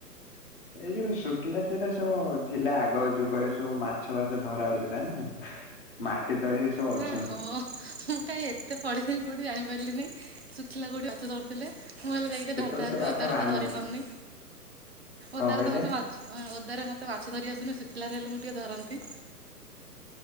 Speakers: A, on the left; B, on the right.
A: ଏଇ ଯୋଉ ଶୁଖିଲା ସେଟା ସବୁ ଥିଲା ଆଗ ଯୁଗରେ ସବୁ ମାଛ ଫାଛ ଧରା ହଉଥିଲା ନା। ମାଟି ତଳେ ସବୁ ଅଛନ୍ତି
B: ନା ହୋ ମୁଁ କାଇଁ ଏତେ ପଢ଼ିଥିଲି କୋଉଠି ଜାଣିପାରିଲିନି ଶୁଖିଲା କୋଉଠି ମାଛ ଧରିଥିଲେ ମୁଁ ହେଲେ ଯାଇକି ଟିକେ
A: ସେତେବେଳେ
B: ଧରିଥାନ୍ତି
A: ସେ ବାଟା
B: ଓଦାରେ
A: ବାହାରି
B: ତ ଧରି
A: ନଥିଲା
B: ପାରୁନି।
A: କଣ
B: ଓଦାରେ
A: କହିଲେ?
B: ତ ମତେ ମାଛ ଉମ ଓଦାରେ ମତେ ମାଛ ଧରି ଆସୁନି ଶୁଖିଲାରେ ହେଲେ ମୁ ଟିକେ ଧରନ୍ତି।